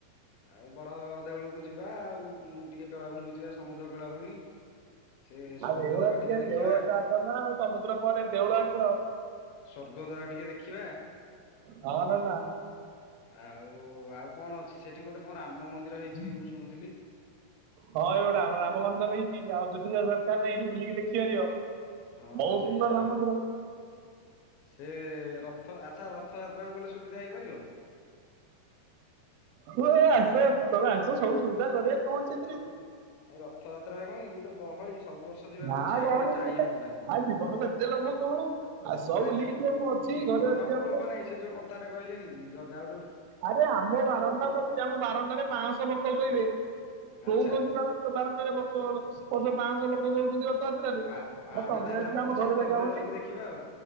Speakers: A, on the left; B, on the right.
A: ଆଉ ବଡ ଦେଉଳକୁ ଯିବା ଆଉ ଟିକେ ବେଳାଭୂମି ଯିବା ସମୁଦ୍ର ବେଳାଭୂମି ସେ ସ୍ଵର୍ଗ
B: ଆଉ ଦେଉଳ
A: ଦାରା ଟିକେ ଦେଖିବା।
B: ଦେଉଳ ତ ଆଗ ନା ଆଉ ସମୁଦ୍ର ପରେ ଦେଉଳ ଆସ
A: ସ୍ୱର୍ଗଦ୍ୱାର ଟିକେ ଦେଖିବା।
B: ହଁ ନା ନା
A: ଆଉ ଆଉ କଣ ଅଛି ସେଠି ଗୋଟେ କଣ ରାମ ମନ୍ଦିର ହେଇଛି ମୁଁ ଶୁଣୁଥିଲି
B: ହଁ ଏଇଗୁଟା ଆମ ରାମ ମନ୍ଦିର ହେଇଛି ଆଉ ଯଦି ଦରକାର ନାହି ଏଇଠି ବୁଲିକି ଦେଖିପାରିବ
A: ହଁ
B: ବହୁତ
A: ସେଇଆ।
B: ସୁନ୍ଦର ରାମ ମନ୍ଦିର
A: ସେ ରଥ ଆଚ୍ଛା ରଥଯାତ୍ରାକୁ ଗଲେ ସୁବିଧା ହେଇପାରିବ।
B: ହୁ ଆସ ତମେ ଆସ ସବୁ ସୁବିଧା କରିବା କଣ ଅଛି ଏଥିରେ
A: ଏ ରଥଯାତ୍ରାରେ କଣକି ଏଇ ଯୋ ଗହଳି ସବୁ ବର୍ଷ ଯିବାକୁ
B: ନା
A: ଇଚ୍ଛା
B: ଗହଳି
A: କିନ୍ତୁ ଯାଇ ହଉନାହିଁ।
B: ନା ଜୀବନକୁ ଏତେ ଲୋଭ କଣ। ଆସ
A: ନା
B: ବୁଲିକି
A: ଜୀ
B: ଯିବ ମୁଁ ଅଛି
A: ଜୀବନକୁ
B: ଘରେ ଅଛି ଆମ
A: ଲୋଭ ନାହିଁ ସେ ଯୋଉ କଥାଟା କହିଲେନି କି ଜଗା
B: ଆରେ ଆମ ବାରଣ୍ଡା ପଡ଼ିଛି ଆମ ବାରଣ୍ଡାରେ ପାଞ୍ଚଶହ ଲୋକ ଶୋଇବେ ଶୋଉଛନ୍ତି
A: ଆଚ୍ଛା
B: ପରା କ ବାରଣ୍ଡା ରେ ବର୍ଷ ବର୍ଷ ପାଞ୍ଚଁଶହ ଲୋକ ଶୋଉଛନ୍ତି ଆଉ ରଥଯାତ୍ରାରେ
A: ଆ
B: ହଁ
A: ଆମେ
B: ତମେ
A: ତାହେଲେ
B: ଆସିଲି
A: ଆପଣଙ୍କ
B: ଆମ ଘରେ
A: ଛାତ
B: ଜାଗା
A: ଉପରେ
B: ହଉନି
A: ରହିକି ଦେଖିବା ଆଉ।